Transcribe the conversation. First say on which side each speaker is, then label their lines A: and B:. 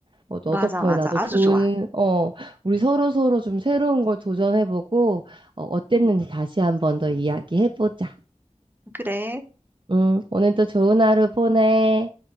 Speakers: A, on the right (about 40°); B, on the right (about 15°).
A: 어, 너
B: 맞아,
A: 덕분에
B: 맞아.
A: 나도
B: 아주
A: 좋은
B: 좋아.
A: 어, 우리 서로 서로 좀 새로운 걸 도전해 보고 어, 어땠는지
B: 응,
A: 다시 한번 더 이야기해 보자.
B: 그래.
A: 응, 오늘도 좋은 하루 보내.